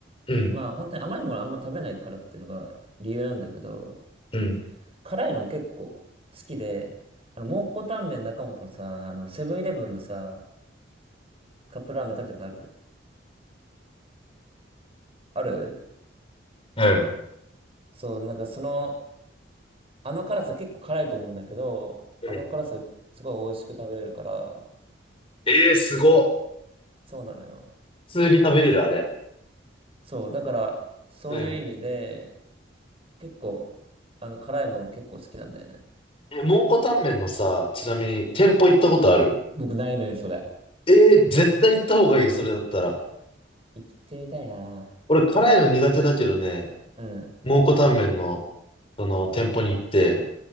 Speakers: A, on the left (about 30°); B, on the right (about 30°).
A: うん、
B: まあ本当に甘いものあんま食べないからっていうのが理由なんだけど、
A: うん、
B: 辛いのも結構好きで、あの、蒙古タンメン中本のさ、あの、セブンイレブンのさ、カップラーメン食べたことあるある
A: うん。
B: そう、なんかその、あの辛さ結構辛いと思うんだけど、
A: うん。
B: あの辛さすごい美味しく食べれるから、
A: えー、すご。
B: そうなのよ。
A: 普通に食べれる、あれ。
B: そう、だから、そういう意味で、
A: うん。
B: 結構、あの、辛いもの結構好きなんだよね。
A: え、蒙古タンメンのさ、ちなみに店舗行ったことある
B: 僕ないのよ、それ。
A: えー、絶対行った方がいいよ、それだったら。
B: 生きてみたいな。
A: 俺、辛いの苦手だけどね、
B: うん、
A: 蒙古タンメンの、その、店舗に行って、